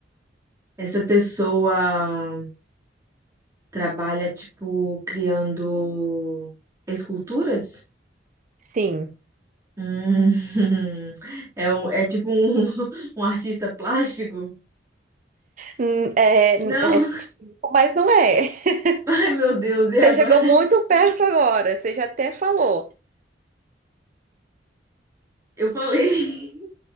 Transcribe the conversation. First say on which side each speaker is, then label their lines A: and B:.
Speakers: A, on the right; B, on the right.
A: essa pessoa. Trabalha, tipo, criando esculturas?
B: Sim.
A: Hum, <laughs> é, um, é tipo um, <laughs> um artista plástico?
B: Hum, É,
A: Não,
B: é tipo, mas não é. <laughs>
A: <laughs> ai meu Deus, e agora?
B: Você chegou muito perto agora. Você já até falou.
A: Eu falei, <laughs>